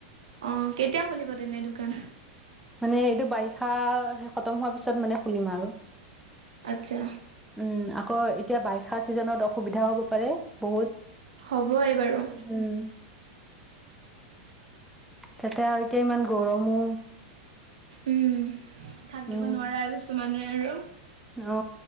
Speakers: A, on the right; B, in the centre.
A: অ', কেতিয়া খুলিব তেনে দোকান
B: মানে এইটো বাৰিষা খতম হোৱাৰ পিছত মানে খুলিম আৰু। উম,
A: আচ্ছা
B: আকৌ এতিয়া বাৰিষা চিজনত অসুবিধাও হব পাৰে বহুত।
A: হবয় বাৰু।
B: উম তাতে আৰু এতিয়া ইমান গৰমো
A: উম, থাকিব
B: উম
A: নোৱাৰা কিছু মানুহে আৰু
B: অ,